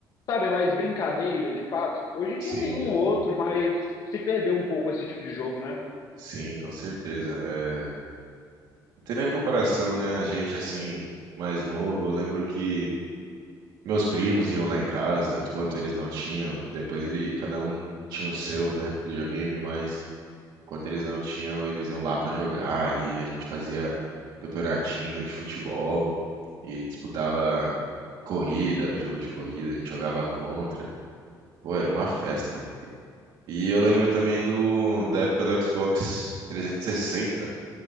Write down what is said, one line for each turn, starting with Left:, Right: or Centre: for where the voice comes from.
Left: sabe, é mais brincadeira de fato. Hoje em
Right: Sim,
Left: dia tem um ou
Right: sim.
Left: outro, mas se perdeu um pouco esse tipo de jogo, né?
Right: Sim, com certeza. É, Não tem nem comparação, né? A gente, assim, mais novo, eu lembro que meus primos iam lá em casa, enquanto eles não tinham. Depois ele, cada um tinha o seu, né? Videogame, mas. Enquanto eles não tinham, eles iam lá pra jogar e a gente fazia campeonatinho de futebol e disputava corrida, jogo de corrida, a gente jogava contra. Pô, era uma festa. E eu lembro também do da época do Xbox 360,